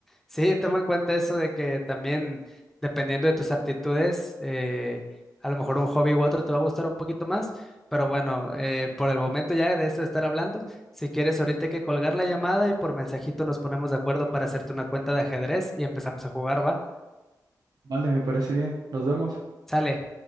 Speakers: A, in the centre; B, on the right (about 65°).
A: Sí, toma en cuenta eso de que también dependiendo de tus aptitudes, eh, a lo mejor un hobby u otro te va a gustar un poquito más, pero bueno, eh, por el momento ya de esto de estar hablando, si quieres ahorita hay que colgar la llamada y por mensajito nos ponemos de acuerdo para hacerte una cuenta de ajedrez y empezamos a jugar, ¿va?
B: Vale, me parece bien. Nos vemos.
A: Sale.